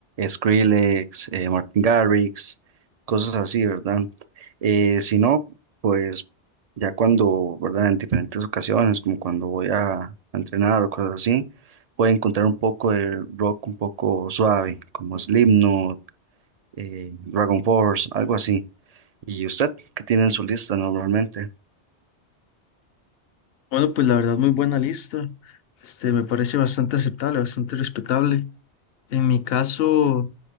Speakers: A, on the right (about 60°); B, on the left (about 65°).
A: Skrillex, eh, Martin Garrix, cosas así, ¿verdad? Eh, si no, pues ya cuando, ¿verdad? En diferentes ocasiones, como cuando voy a, a entrenar o cosas así, puedo encontrar un poco de rock un poco suave, como Slipknot, eh, Dragon Force, algo así. ¿Y usted qué tiene en su lista normalmente?
B: Bueno, pues la verdad, muy buena lista. Este, me parece bastante aceptable, bastante respetable. En mi caso...